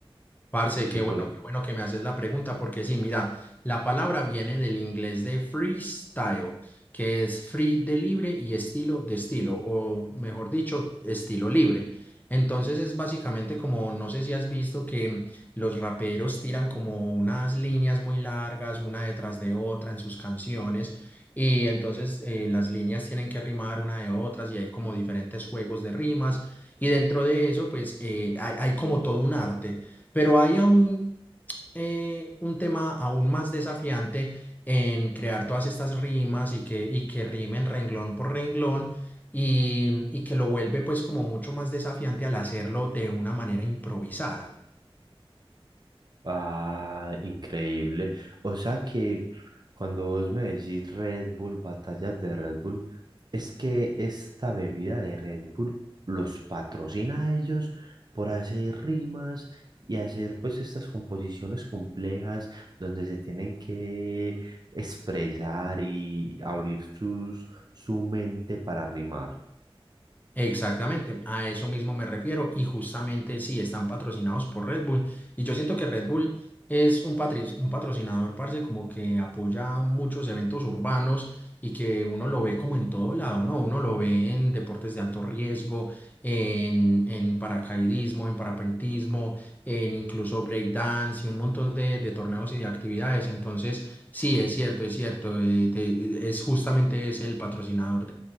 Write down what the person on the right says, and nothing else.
impro-
Ah, increíble. O sea que cuando vos me decís Red Bull, batallas de Red Bull, Es que esta bebida de Red Bull los patrocina a ellos por hacer rimas y hacer pues estas composiciones complejas donde se tienen que expresar y abrir sus, su mente para rimar.